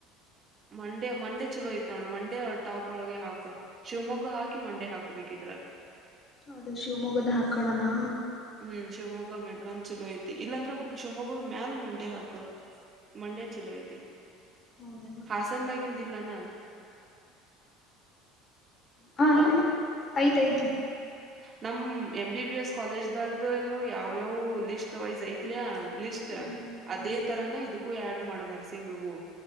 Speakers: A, on the right; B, on the left.
A: ಮಂಡ್ಯ ಮಂಡ್ಯ ಚಲೋ ಐತಿ ನೋಡ ಮಂಡ್ಯ ಟಾಪ್ ಒಳಗೆ ಹಾಕ ಶಿವಮೊಗ್ಗ ಹಾಕಿ ಮಂಡ್ಯ ಹಾಕ್ಬೇಕು ಹಾಕಿದ್ರಾ
B: ಅದ ಶಿವಮೊಗ್ಗದ ಹಾಕ್ಕಣನಾ
A: ಹ್ಮ್ ಶಿವಮೊಗ್ಗಮ್ ಗಂದ್ ಚಲೋ ಐತಿ ಇಲ್ಲಾಂದ್ರೆ ಶಿವಮೊಗ್ಗದ ಮ್ಯಾಲ ಮಂಡೆ ಹಾಕ ಮಂಡ್ಯ ಚಲೋ ಐತಿ
B: ಹೌದನಾ
A: ಹಾಸನದಾಗಿದ್ದ ಇಲ್ಲ ಏನ್
B: ಹಾ ಐತಿ
A: ಆ
B: ಲಾ ಐತಿ ಐತಿ
A: ನಮ M B B S college ದಾಗನು ಯಾವ್ಯಾವ ಲಿಸ್ಟ್ ವೈಸ್ ಐತ್ಲಯ ಲಿಸ್ಟ್
B: ಹ್ಮ್ ಹ್ಮ್
A: ಅದೇ
B: ಹ್ಮ್
A: ತರಾನ ಇದಕ್ಕೂ ಆಡ್ ಮಾಡ ನರಸಿಂಗಗೂ